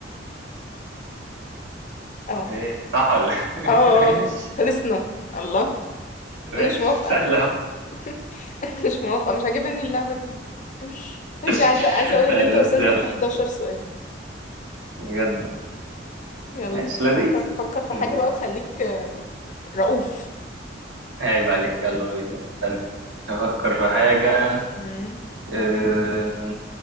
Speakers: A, on the left; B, on the right.
A: اه
B: ايه صح ولا
A: اه
B: <laughs> ماشي
A: اه خلصنا الله
B: ماشي
A: انا مش موافقه
B: سهل اهو
A: <laughs> مش موافقه مش عاجباني اللعبه دي ماشي
B: <laughs>
A: عايزه عايزه اقول ان
B: طيب،
A: انت وصلت
B: بس يلا
A: في 11 سؤال
B: بجد والله.
A: يلا
B: ماشي لذيذ
A: فكر فكر في
B: لذيذ
A: حاجه بقى وخليك آه، رؤوف
B: عيب عليك يلا بينا استنى افكر في حاجة
A: مم.
B: أه...